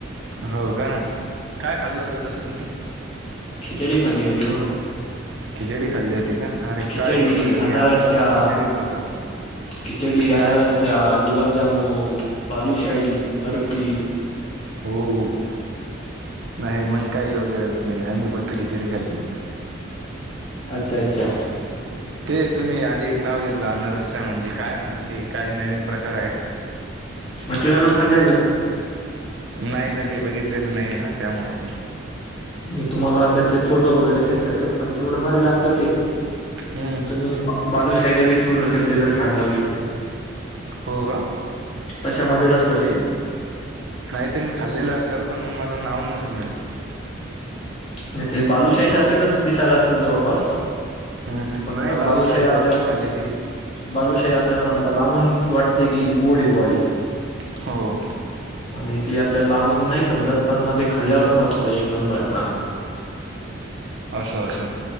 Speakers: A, on the right; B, on the left.
A: हो का काय खाल्लं होत तस तुम्ही
B: खिचडी खाल्ली होती हो
A: खिचडी खाल्ली होती का अरे
B: खिचडी
A: काय योगायोगी
B: अनारस्या
A: आमचा पण खिचडीच होता
B: खिचडी
A: काय
B: अनारस्या गुलाबजामून बलुशाही बर्फी
A: हो नाही मग काही योगयोग नाही आम्ही फक्त खिचडी खाल्लेली
B: अच्छा अच्छा
A: ते तुम्ही आधी एक नाव घेतलं अनरस्या म्हणजे काय म्हणते काही नवीन प्रकार आहे का
B: म तूम्ही अजून खाल न
A: नाही ना ते बघितलेलं नाही ना त्यामुळे
B: मी तुम्हाला त्याचे फोटो वगैरे सेंड करेल पण एवढं भारी लागतं ते
A: हम्म
B: तुम्ही बालूशाहीला विसरून अससेल ते जर खायला लागले तर
A: हो का?
B: तशामध्ये च असत ते
A: नाही तर मी खाल्लेलं असेल पण मग मला नाव नसेल माहीत
B: नाही ते बालूशाही सारखंच दिसायला असतं जवळपास
A: हम्म हम्म
B: फक्त
A: नाही
B: बालूशाही
A: तर भरपूर
B: आपल्याला
A: खाल्लेली आहे.
B: बालूशाही आपल्याला समजा लाबून वाटते की गोडे बय
A: हो
B: आणि ते आपल्याला लाबून नाही समजत पण मग ते खाल्ल्यावर समजतो एक नंबर प
A: असं असं